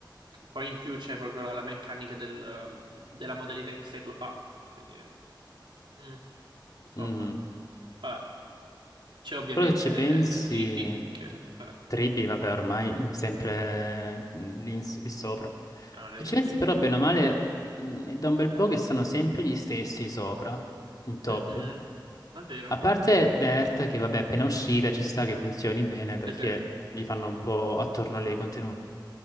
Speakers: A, on the right; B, on the left.
A: Poi in più c'è proprio la, la meccanica del, um, della modalità in sé che lo fa. Quindi, mm, insomma,
B: mhm.
A: vabbè. C'è ovviamente
B: Però se ci pensi,
A: eh, Tribi, che, vabbè,
B: Tribi, vabbè, ormai sempre eh, lì, in- lì sopra.
A: sono le
B: Se ci
A: OP.
B: pensi però, bene o male, mh, è da un bel po' che sono sempre gli stessi sopra, in top.
A: Mhm, È vero.
B: A parte Dirt, che vabbè, appena uscita ci sta che funzioni bene
A: Sì,
B: perché
A: sì, è
B: gli fanno un po' attorno a lei i contenuti.